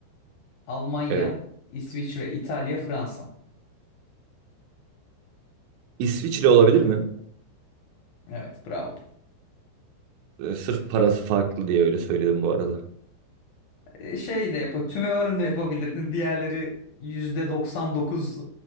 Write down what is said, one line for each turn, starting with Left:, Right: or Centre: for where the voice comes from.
Left: Almanya,
Right: Evet.
Left: İsviçre, İtalya, Fransa.
Right: İsviçre olabilir mi?
Left: Evet, bravo.
Right: Ee, sırf parası farklı diye öyle söyledim bu arada.
Left: Ee, Şey de yap, tümevarım da yapabilirdin. Diğerleri %99